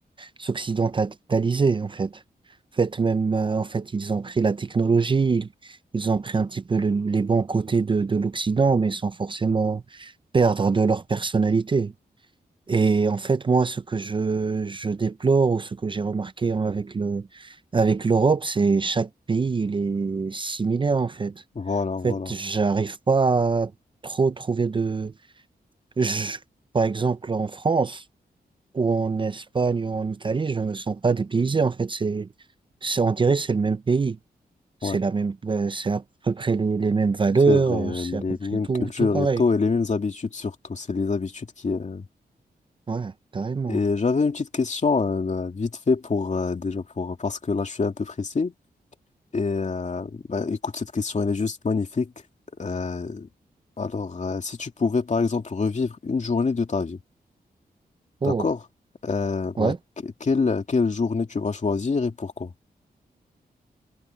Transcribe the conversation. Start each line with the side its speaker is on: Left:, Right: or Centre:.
Right: s'occidentaliser, en fait. En fait, même, euh, en fait, ils ont pris la technologie, ils, ils ont pris un petit peu le- les bons côtés de, de l'Occident, mais sans forcément perdre de leur personnalité. Et en fait, moi, ce que je, je déplore ou ce que j'ai remarqué hein, avec le, avec l'Europe, c'est chaque pays, il est similaire, en fait.
Left: voilà, voilà.
Right: En fait, j'arrive pas à trop trouver de, je- par exemple, en France ou en Espagne ou en Italie, je me sens pas dépaysé, en fait. C'est, c'est, on dirait, que c'est le même pays. C'est
Left: Ouais,
Right: la même, euh, c'est à peu près les, les mêmes valeurs,
Left: c'est vrai, euh,
Right: euh, c'est à
Left: les
Right: peu près
Left: mêmes
Right: tout,
Left: cultures
Right: tout pareil.
Left: et tout, et les mêmes habitudes surtout. C'est les habitudes qui, euh,
Right: Ouais, carrément.
Left: Et j'avais une petite question euh, bah, vite fait pour euh, déjà pour parce que là je suis un peu pressé et euh, bah, écoute cette question elle est juste magnifique. Euh, alors euh, si tu pouvais par exemple revivre une journée de ta vie,
Right: Oh,
Left: d'accord? Euh, bah,
Right: ouais.
Left: que- quelle quelle journée tu vas choisir et pourquoi?